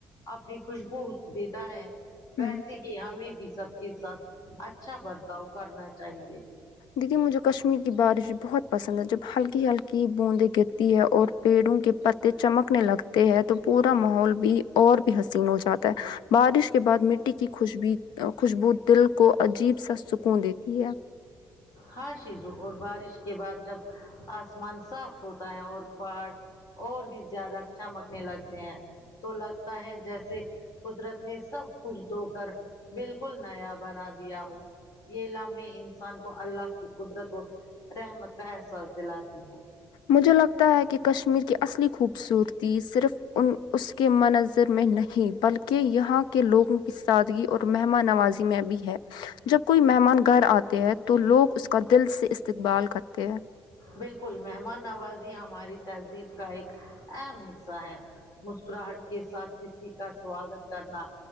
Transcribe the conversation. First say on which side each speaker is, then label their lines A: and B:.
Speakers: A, on the left; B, on the left.
A: اپنی خوشبو دیتا ہے ویسے
B: ہ
A: ہی ہمیں بھی سب کے ساتھ اچھا برتاؤ کرنا چاہیے
B: دیدی مجھے کشمیر کی بارش بہت پسند ہے جب ہلکی ہلکی بوندیں گرتی ہے اور پیڑوں کے پتے چمکنے لگتے ہیں تو پورا ماحول بھی اور بھی حسین ہو جاتا ہے بارش کے بعد مٹی کی خوشبی خوشبو دل کو عجیب سا سکون دیتی ہے
A: ہاں شیزو اور بارش کے بعد جب آسمان صاف ہوتا ہے اور پہاڑ اور بھی زیادہ چمکنے لگتے ہیں تو لگتا ہے جیسے قدرت نے سب کچھ دھو کر بالکل نیا بنا دیا ہو یہ لمحے انسان کو اللہ کی قدرت اور رحمت کا احساس دلاتی ہے
B: مجھے لگتا ہے کہ کشمیر کی اصلی خوبصورتی صرف ان اس کے مناظ ر میں نہیں بلکہ یہاں کے لوگوں کی سادگی اور مہمان نوازی میں بھی ہے جب کوئی مہمان گھر آتے ہے تو لوگ اس کا دل سے استقبال کرتے ہے
A: بالکل مہمان نوازی ہماری تہذیب کا ایک اہم حصہ ہے مسکراہٹ کے ساتھ کسی کا سواگت کرنا